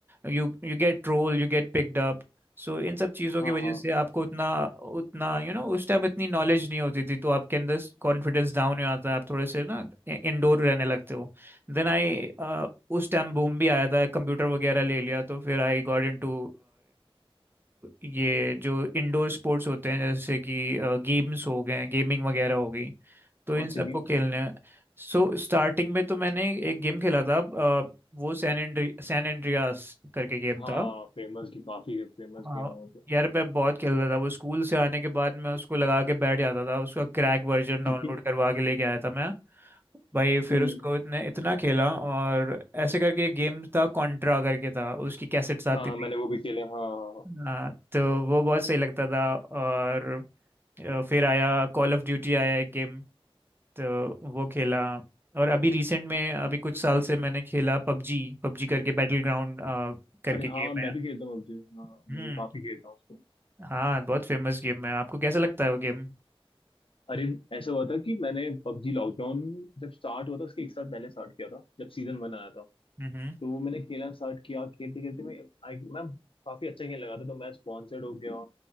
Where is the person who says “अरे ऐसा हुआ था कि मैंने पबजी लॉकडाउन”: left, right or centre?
Left